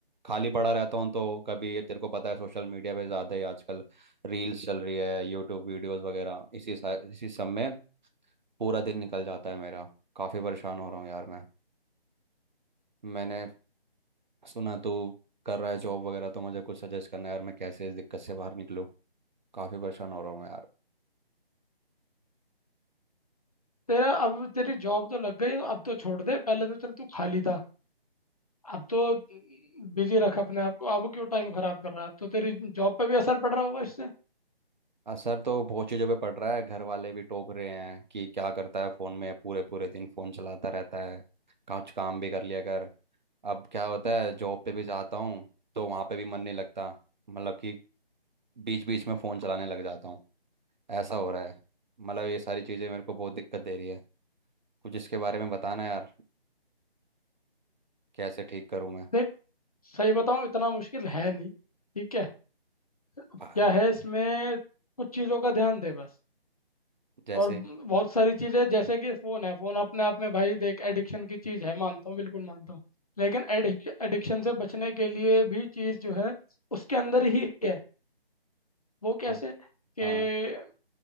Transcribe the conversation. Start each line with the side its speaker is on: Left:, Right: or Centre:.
Right: खाली पड़ा रहता हूँ तो कभी ये तेरे को पता है सोशल मीडिया पे ज़्यादा ही आजकल रील्स चल रही है यूट्यूब वीडियोस वगैरह इसी सा- इसी सब में पूरा दिन निकल जाता है मेरा काफ़ी परेशान हो रहा हूँ यार मैं मैंने सुना तू कर रहा है जॉब वगैरह तो मुझे कुछ सजेस्ट करना है यार मैं कैसे इस दिक्कत से बाहर निकलूँ काफ़ी परेशान हो रहा हूँ मैं यार
Left: तेरा अब तेरी जॉब तो लग गई अब तो छोड़ दे पहले तो चल तू खाली था अब तो बिजी रख अपने आप को अब क्यों टाइम खराब कर रहा है अब तो तेरी जॉब पे भी असर पड़ रहा होगा इससे
Right: असर तो बहुत चीज़ों पे पड़ रहा है घर वाले भी टोक रहे हैं कि क्या करता है फ़ोन में पूरे पूरे दिन फ़ोन चलाता रहता है कुछ काम भी कर लिया कर अब क्या होता है जॉब पे भी जाता हूँ तो वहाँ पे भी मन नहीं लगता मतलब कि बीच बीच में फ़ोन चलाने लग जाता हूँ ऐसा हो रहा है मतलब ये सारी चीज़ें मेरे को बहुत दिक्कत दे रही है कुछ इसके बारे में बताना यार कैसे ठीक करूं मैं
Left: देख सही बताऊं इतना मुश्किल है नहीं, ठीक है? क्या
Right: भा-
Left: है इसमें, कुछ चीज़ों का ध्यान दे बस।
Right: जैसे
Left: और ब- बहुत सारी चीज़ें जैसे कि फ़ोन है फ़ोन अपने आप में भाई देख एडिक्शन की चीज़ है मानता हूँ बिल्कुल मानता हूँ लेकिन एडिक्शन से बचने के लिए भी चीज़ जो है उसके अंदर ही है वो कैसे
Right: हाँ
Left: कि
Right: हाँ